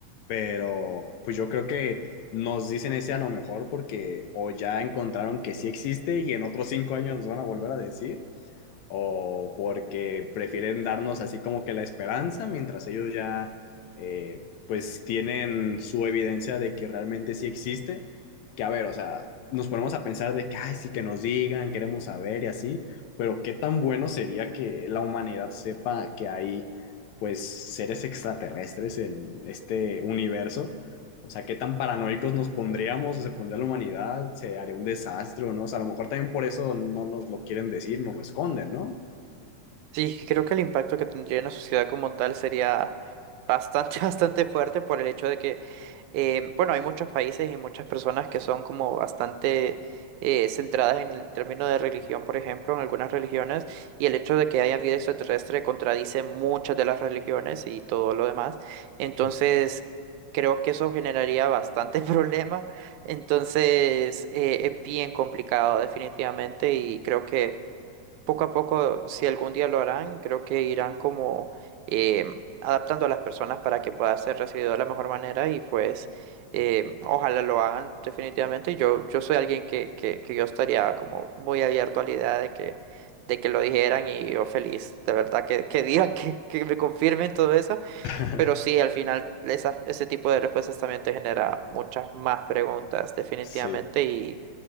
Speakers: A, on the left; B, on the right.
A: pero pues yo creo que nos dicen ese a lo mejor porque o ya encontraron que sí existe y en otros cinco años nos van a volver a decir, o porque prefieren darnos así como que la esperanza mientras ellos ya eh, pues tienen su evidencia de que realmente sí existe. Que a ver, o sea, nos ponemos a pensar de que, ay, sí que nos digan, queremos saber y así, pero qué tan bueno sería que la humanidad sepa que hay pues seres extraterrestres en este universo o sea, qué tan paranoicos nos pondríamos o se pondría la humanidad, se haría un desastre o no. O sea, a lo mejor también por eso no nos lo quieren decir, nos lo esconden, ¿no?
B: Sí, creo que el impacto que tendría en la sociedad como tal sería bastante, <laughs> bastante fuerte por el hecho de que Eh, bueno, hay muchos países y muchas personas que son como bastante eh, centradas en el término de religión, por ejemplo, en algunas religiones, y el hecho de que haya vida extraterrestre contradice muchas de las religiones y todo lo demás. Entonces,
A: Mm.
B: creo que eso generaría bastante <laughs> problema. Entonces, eh, es bien complicado definitivamente y creo que poco a poco, si algún día lo harán, creo que irán como eh, adaptando a las personas para que pueda ser recibido de la mejor manera y pues eh, ojalá lo hagan definitivamente. Yo, yo soy alguien que, que, que yo estaría como muy abierto a la idea de que, de que lo dijeran y yo feliz, de verdad, que, que digan, <laughs> que, que me confirmen todo eso.
A: <laughs>
B: Pero sí, al final esa- ese tipo de respuestas también te genera muchas más preguntas definitivamente
A: Sí.